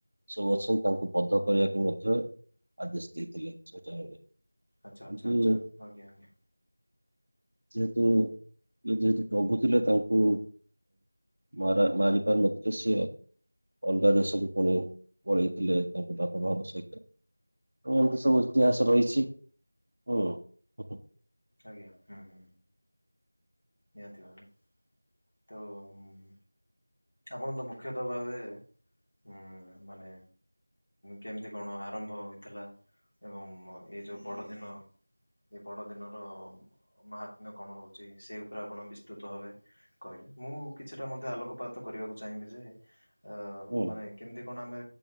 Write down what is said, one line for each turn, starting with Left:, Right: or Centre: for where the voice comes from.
Right: ସବୁ ଅଛନ୍ତି ତାଙ୍କୁ ବଧ କରିବାକୁ ମଧ୍ୟ ଆଦେଶ ଦେଇଥିଲେ ସେଇ ଟାଇମରେ। କିନ୍ତୁ
Left: ଆଚ୍ଛା ଆଚ୍ଛା ଆଚ୍ଛା ଆଜ୍ଞା ଆଜ୍ଞା।
Right: ଯେହେତୁ <unintelligible> ରୋଗୁଥିଲେ ତାଙ୍କୁ ମାରା ମାରି ପାରୁ ନଥିଲେ ସିଏ। ଅଲଗା ଦେଶକୁ ପୁଣି ପଳେଇଥିଲେ ତାଙ୍କ ବାପା ମାଙ୍କ ସହିତ। ଏ ଏମିତି ସବୁ ଇତିହାସ ରହିଛି ହୁଁ।
Left: ଆଜ୍ଞା ହୁଁ ହୁଁ। ନିହାତି ଭାବେ। ତ ଉଁ ଆପଣ ତ ମୁଖ୍ୟତଃ ଭାବେ ହଁ ମାନେ କେମିତି କଣ ଆରମ୍ଭ ହୋଇଥିଲା? ଏବଂ ଏ ଯେଉଁ ବଡ଼ଦିନ ଏ ବଡ ଦିନର ମହାତ୍ମ୍ୟ କଣ ରହୁଛି ସେଇ ଉପରେ ଆପଣ ବିସ୍ତୃତ ଭାବେ କହିଲେ। ମୁଁ କିଛିଟା ମଧ୍ୟ ଆଲୋକପାତ ତ କରିବାକୁ ଚାହିଁବି ଯେ ଅ
Right: ହୁଁ
Left: ମାନେ କେମିତି କଣ ଆମେ